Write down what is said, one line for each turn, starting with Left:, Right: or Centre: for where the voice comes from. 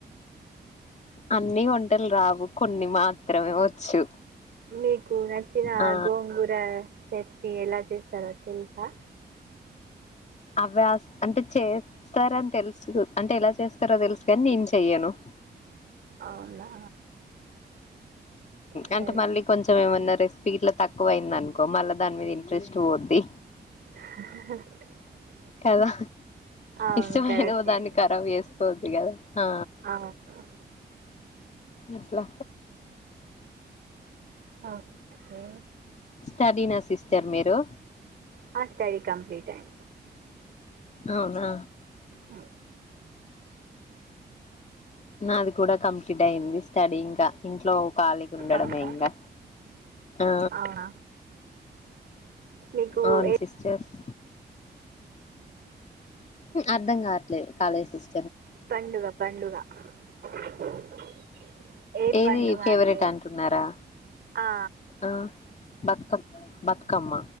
Left: అన్నీ వంటలు రావు కొన్ని మాత్రమే వచ్చు
Right: మీకు నచ్చిన
Left: ఆ
Right: గోంగూర చట్ని ఎలా చేస్తారు తెలుసార్
Left: అవే అంటే చేస్తార అని తెలుసు అంటే ఎలా చేస్తారో తెలుసు కాని నేను చెయ్యను
Right: అవునా సరే
Left: అంటే మళ్ళీ కొంచెం ఏమన్నా రెసిపీ ఇట్లా తక్కువ అయింది అనుకో మళ్ళా దాని మీద ఇంట్రెస్ట్ పోద్ది
Right: <inaudible>
Left: కదా
Right: అవును
Left: ఇష్టమైనో
Right: కరెక్టే
Left: దాన్ని ఖరాబ్ వేసుకోద్ది కదా ఆ
Right: అవును
Left: ఎట్లా
Right: ఆ ఆ
Left: స్టడనా సిస్టర్ మీరు
Right: ఆ స్టడీ కంప్లీట్ అయి
Left: అవునా
Right: అ
Left: నాది కూడా కంప్లీట్ అయింది స్టడీ ఇంకా ఇంట్లో కఖాళీకి ఉండడంమే
Right: అవునా
Left: ఇంకా ఆ
Right: అవునా మీకు
Left: అవును
Right: ఏ
Left: సిస్టర్స్ అర్ధం కావట్లేదు కాలేజస్
Right: పండుగ పండుగ <inaudible> ఏ
Left: ఏది
Right: పండుగ
Left: ఫేవరెట్
Right: అంటే
Left: అంటున్నారా
Right: ఆ!
Left: ఆ బకమ్ బతుకమ్మ